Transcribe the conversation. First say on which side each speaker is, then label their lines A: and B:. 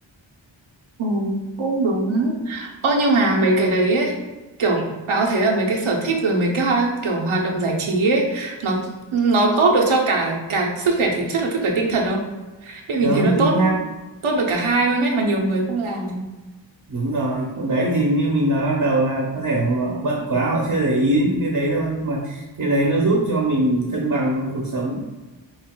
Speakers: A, on the right (about 85°); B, on the right (about 45°).
A: Ừ, cũng đúng. Ơ nhưng mà mấy cái đấy ấy, kiểu bạn có thấy là mấy cái sở thích rồi mấy cái hoa- kiểu hoạt động giải trí ấy nó nó tốt được cho cả cả sức khỏe thể chất và sức khỏe tinh thần không? Nên mình
B: đúng
A: thấy nó
B: chính
A: tốt
B: xác
A: tốt được cả hai luôn ấy mà nhiều người không làm.
B: đúng rồi còn đấy thì như mình nói ban đầu là có thể họ bận quá họ chưa để ý đến những cái đấy thôi nhưng mà cái đấy nó giúp cho mình cân bằng trong cuộc sống